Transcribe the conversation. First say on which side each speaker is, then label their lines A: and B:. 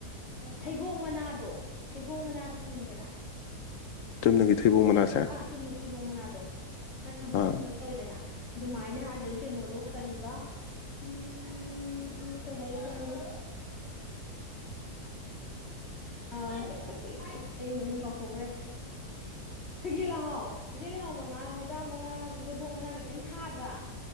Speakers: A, on the left (about 40°); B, on the left (about 65°).
A: ꯊꯩꯕꯣꯡ ꯃꯅꯥꯗꯣ ꯊꯩꯕꯣꯡ ꯃꯅꯥꯗꯤ ꯈꯪꯉꯤꯗꯅ
B: ꯆꯨꯝꯅꯒꯤ ꯊꯩꯕꯣꯡ ꯃꯅꯥꯁꯦ
A: ꯑꯆꯨꯝꯅꯒꯤ ꯊꯩꯕꯣꯡ ꯃꯅꯥꯗꯣ ꯈꯔ ꯁꯪꯇꯛ
B: ꯑꯥ
A: ꯁꯥꯡꯇꯛ ꯇꯧꯋꯤꯗꯅ ꯑꯗꯨꯃꯥꯏꯅ ꯑꯗꯩ ꯀꯩꯅꯣꯗꯣ ꯀꯔꯤꯕ ꯑꯝ ꯀꯩ ꯍꯥꯏꯒꯦ ꯀꯩ ꯍꯥꯏꯒꯦ ꯑꯥ ꯀꯔꯤ ꯀꯔꯤ ꯀꯔꯤ ꯑꯩ ꯃꯃꯤꯡ ꯀꯥꯎꯊꯣꯛꯈ꯭ꯔꯦ
B: <inaudible>
A: ꯈꯥꯒꯤ ꯂꯩꯍꯥꯎ ꯈꯥꯒꯤ ꯂꯩꯍꯥꯎ ꯃꯅꯥ ꯍꯩꯕꯥ ꯃꯅꯥ ꯊꯩꯕꯣꯡ ꯃꯅꯥꯅ ꯈꯤꯇꯪ ꯊꯥꯗ꯭ꯔꯥ